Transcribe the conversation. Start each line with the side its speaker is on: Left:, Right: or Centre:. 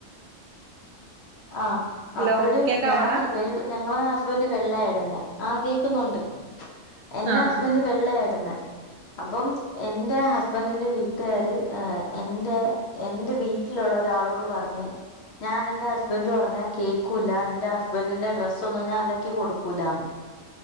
Left: ആ
Right: ഹലോ
Left: അപ്പോഴ്
Right: കേക്കാവോടാ
Left: ഞാനേ വെ ഞങ്ങളെ ഹസ്ബൻറ് വെള്ളേ ഇടുന്നേ ആ കേയ്ക്കുന്നുണ്ട് എന്റെറെ
Right: ആഹ്
Left: ഹസ്ബന്‌ഡ് വെളേള യിടുന്നേ അപ്പം എന്റെ ഹസ്ബൻറിന്റെ വീട്ടുകാര് എ എന്റെ എൻ്റവീട്ടിലുള്ള ഒരാളോട് പറഞ്ഞ് ഞാൻ എൻ്റ ഹസ് ഹസ്ബൻന്റ് പറഞ്ഞാ കേക്കൂല്ല എന്റെറെ ഹസ്ബൻഡറിന്റെ ഡ്രസ്സ് ഒന്നും ഞാൻഅലക്കി കൊടുക്കൂലാന്ന്